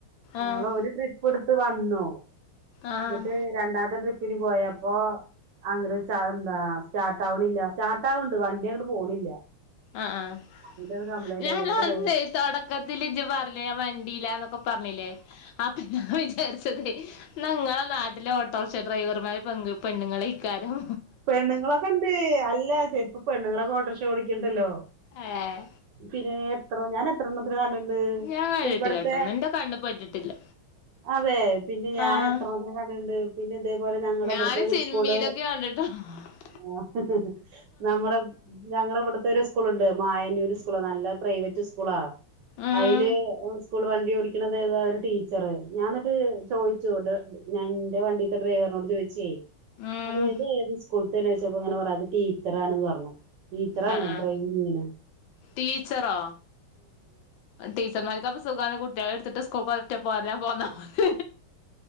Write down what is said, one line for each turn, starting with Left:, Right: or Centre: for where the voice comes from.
Right: ഞങ്ങള്
Left: ആഹ്
Right: ഒര് ട്രിപ്പ്ട് ത്ത് വന്നു
Left: ആഹ് ആഹ്
Right: ന്നട്ട് രണ്ടാമത്തെ ട്രിപ്പിന് പോയപ്പോ അങ്ങട് ച എന്താ സ്റ്റാർട്ടാവ്ണില്ല സ്റ്റാർട്ടാവ്ണ്ട് വണ്ട്യങ്ങട്ട് പോണില്ല.
Left: ആഹ് ആഹ്
Right: അതിന്റെ ഒരു കംപ്ലൈന്റ്
Left: ഞാനന്നേ
Right: ആയിരുന്നു എന്നിട്ട് വേ
Left: തൊടക്കത്തില് ഇജ്ജ് പർഞ്ഞിലേ ഞാം വണ്ടില്ലാന്നൊക്കെ പർഞ്ഞില്ലേ അപ്പോ ഞാ ൻ വിചാര്ച്ചതേ ന്ന ഇങ്ങളെ നാട്ടിലെ ഓട്ടോർഷ ഡ്രൈവർമാര് പെങ്ക് പെണ്ണ്ങ്ങളെക്കാരം
Right: പെണ്ണുങ്ങളൊക്കെണ്ട് അല്ല ചെ ഇപ്പൊ പെണ്ണുങ്ങളൊക്കെ ഓട്ടർഷ ഓടിക്ക്ണ്ടല്ലോ
Left: ഏഹ്
Right: പിന്നെ എത്രോ ഞാനെത്രണ്ണത്തിനെ കണ്ട് ണ്ട്
Left: ഞാൻ
Right: ഇപ്പൊ
Left: കണ്ടിട്ടില്ലാട്ടോ
Right: ഇബടെത്തെ
Left: എന്റെ കണ്ണ് പെട്ടിട്ടില്ല
Right: അതെ പിന്നെ ഞാനെത്രണ്ണത്തിനെ
Left: ആഹ്
Right: കണ്ട്ണ്ട് പിന്നെ ഇതേപോലെ ഞങ്ങടെ
Left: ഞാന്
Right: ഇബട്ത്തൊര്
Left: സിനിമയിലൊക്കെ
Right: സ്കൂള്
Left: <unintelligible>
Right: ആഹ്. നമ്മളെ ഞങ്ങളെ ഇവട്ത്തൊരു സ്കൂളുണ്ട് മായന്നൂര് സ്കൂള് നല്ല പ്രൈവറ്റ് സ്കൂളാ
Left: ഉം
Right: അയില് സ്കൂൾ വണ്ടിയോടി ക്ക്ണതേതാ ഒര് ടീച്ചറ് ഞാൻ ന്നിട്ട് ചോയിച്ചു ത് ഇന്റെ വണ്ടിത്തെ ഡ്രൈവറിനോട് ചോയിച്ചേ
Left: ഉം
Right: അതേ ഇതേത് സ്കൂൾത്തെണ് ചോയിച്ചപ്പം ഇങ്ങനെ പറഞ് അത് ടീച്ചറാണെന്ന് പറഞ്ഞു. ടീച്ചറാണ്
Left: ആഹ് ആഹ്
Right: ഡ്രൈവിംഗ്‌ യ്യണേ.
Left: ടീച്ചറോ ടീച്ചർമാർക്കപ്പൊ സുഖാണ് കുട്ടികളെ എടുത്തിട്ട് സ് കൂൾക്കൊരറ്റ പോരലാ പോന്ന മതി.